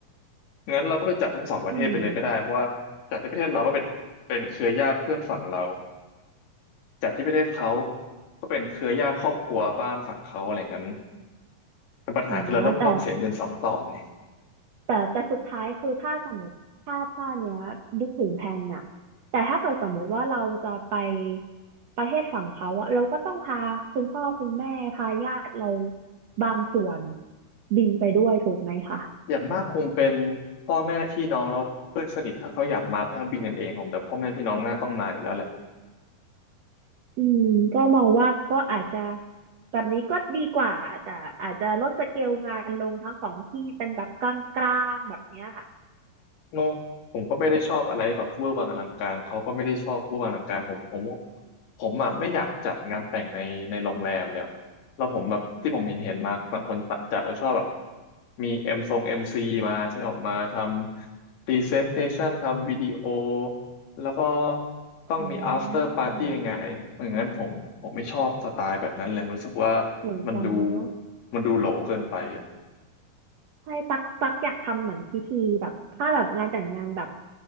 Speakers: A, on the left; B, on the right.
A: งั้นเราก็ไปจัดทั้งสองประเทศไปเลยก็ได้เพราะว่าจัดที่ประเทศเราก็เป็นเป็นเครือญาติเพื่อนฝั่งเรา
B: อืม
A: จัดที่ประเทศเขาก็เป็นเครือญาติครอบครัวบ้านฝั่งเขาอะไรงั้นแต่ปัญหาคือเราต้องต้องเสียเงินสองต่อไง
B: อ่าแต่แต่แต่สุดท้ายคือถ้าสมมติถ้าถ้าเนี้ยนึกถึงแผนน่ะแต่ถ้าเกิดสมมติว่าเราจะไปประเทศฝั่งเขาอะเราก็ต้องพาคุณพ่อคุณแม่พาญาติเราบางส่วนบินไปด้วยถูกไหมคะ
A: อย่างมากคงเป็นพ่อแม่พี่น้องแล้วเพื่อนสนิทถ้าเขาอยากมาก็บินกันเองผมแต่พ่อแม่พี่น้องน่าต้องมาอยู่แล้วแหละ
B: อืมก็มองว่าก็อาจจะแบบนี้ก็ดีกว่าแต่อาจจะลดสเกลงานลงทั้งสองที่เป็นแบบกลางๆแบบเนี้ยค่ะ
A: เนาะผมก็ไม่ได้ชอบอะไรแบบเวอร์วังอลังการเขาก็ไม่ได้ชอบเวอร์วังอลังการผมผมผมอ่ะไม่อยากจัดงานแต่งในในโรงแรมเลยแล้วผมแบบที่ผมเห็นเห็นมาบางคนจัดแล้วชอบแบบมีเอ็มทรงเอ็มซีมาใช่ไหมออกมาทำพรีเซนเทชันทำวิดีโอแล้วก็ต้องมี
B: อื
A: after party
B: ม
A: ในงานอะไรอย่างนั้นผมผมไม่ชอบสไตล์แบบนั้นเลยมันรู้สึกว่า
B: เหมือนกันเนาะ
A: มันดูมันดูโหลเกินไปอ่ะ
B: ใช่ตักตักอยากทำเหมือนพิธีแบบถ้าแบบงานแต่งงานแบบ